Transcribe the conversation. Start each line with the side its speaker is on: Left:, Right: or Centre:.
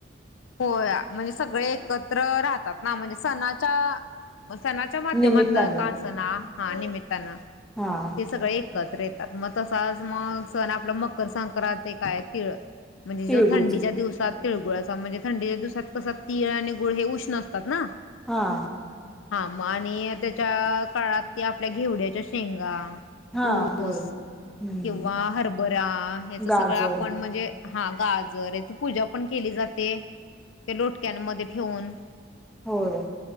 Left: होया म्हणजे सगळे एकत्र राहतात ना म्हणजे सणाच्या मग सणाच्या माध्यमातन
Centre: निमित्ताने
Left: का आसणा हा निमित्तानं
Centre: हां
Left: ते सगळे एकत्र येतात मग तसाच मग सण आपला मकर संक्रांत काय तिळ- म्हणजे
Centre: तिळगुळच
Left: जो थंडीच्या दिवसात तिळगुळाचा म्हणजे थंडीच्या दिवसात कसा तीळ आणि गुळ हे उष्ण असतात ना.
Centre: हां
Left: हा मग आणि त्याच्या काळात ते आपल्या घेवड्याच्या शेंगा
Centre: हा
Left: ऊस
Centre: होय हम्म
Left: किंवा हरभरा ह्याच
Centre: गाजर
Left: सगळं आपण म्हणजे हा गाजर याची पूजा पण केली जाते ते लोटक्यांमध्ये ठेवून.
Centre: होय.